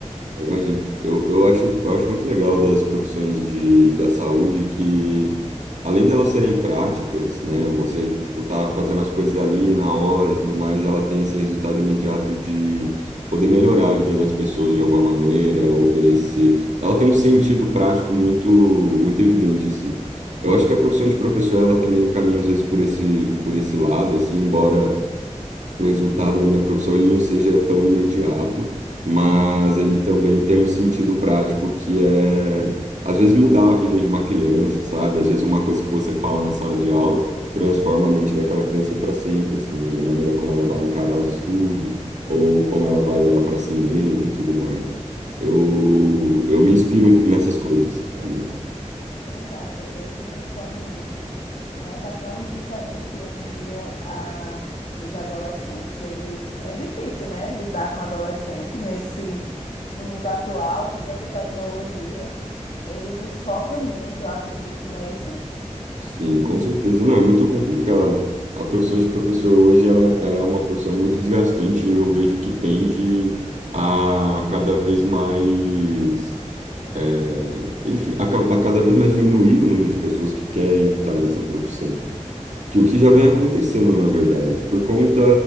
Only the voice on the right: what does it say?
Eu imagino. Eu, eu acho, eu acho muito legal das profissões de, da saúde que, além delas serem práticas, né? Você, tipo, tá fazendo as coisas ali na hora e tudo mais, ela tem esse resultado imediato de poder melhorar a vida das pessoas de alguma maneira, oferecer. Ela tem um sentido prático muito, muito evidente, assim. Eu acho que a profissão de professor, ela também caminha, às vezes, por esse, por esse lado, assim, embora o resultado da minha profissão ele não seja tão imediato, mas ele também tem um sentido prático que é, às vezes, mudar a vida de uma criança, sabe? Às vezes, uma coisa que você fala na sala de aula transforma a mente daquela criança para sempre, assim, a maneira como ela vai encarar os estudos ou como ela vai olhar para si mesma e tudo mais. Eu, eu me inspiro nessas coisas, sabe?
Sim, com certeza. Não, é muito complicado. A profissão de professor hoje, ela, ela é uma profissão muito desgastante. Eu vejo que tende a cada vez mais, é, enfim, a, ca- a cada vez mais diminuir o número de pessoas que querem estar nessa profissão que o que já vem acontecendo, na verdade, por conta